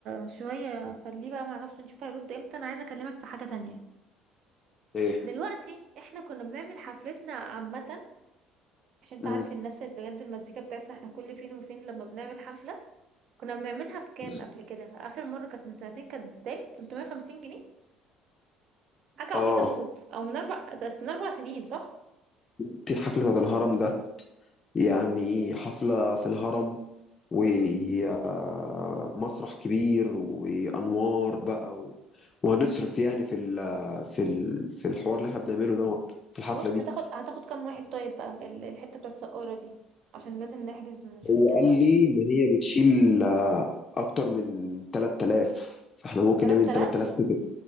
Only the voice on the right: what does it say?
شوية خليه بقى مع نفسه نشوف هيرد امتى انا عايزة اكلمك في حاجة تانية
دلوقتي احنا كنا بنعمل حفلتنا عامة عشان تعرف
الناس اللي بجد المزيكا بتاعتنا احنا كل فين وفين لما بنعمل حفلة كنا بنعملها بكام
قبل كده اخر مرة كانت من سنتين كانت بتالي 350 جنيه حاجة عبيطة
موت او من اربع كانت من اربع سنين صح
بص
هتاخد هتاخد كام واحد طيب بقى ال- الحتة بتاعت سقارة دي عشان لازم نحجز نشوف
كده
3000